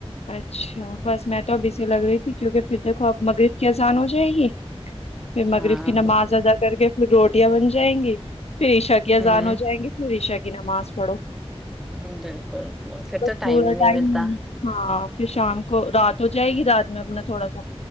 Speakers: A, on the left; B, in the centre.
A: اچھا بس میں تو ابھی سے لگ رہی تھی کیونکہ پھر دیکھو اب مغرب کی آذان ہو جائے گی پھر مغرب
B: ہاں
A: کی نماز ادا کر کے پھر روٹیاں بن جائیں گی پھر عشا کی آذان
B: ہوں
A: ہو جائیں گی پھر عشا کی نماز پڑھو
B: بالکل پھر
A: بس
B: تو ٹائم
A: پورا
B: ہی نہیں
A: ٹائم
B: ملتا
A: ہاں پھر شام کو رات ہو جائے گی رات میں اپنا تھوڑا سا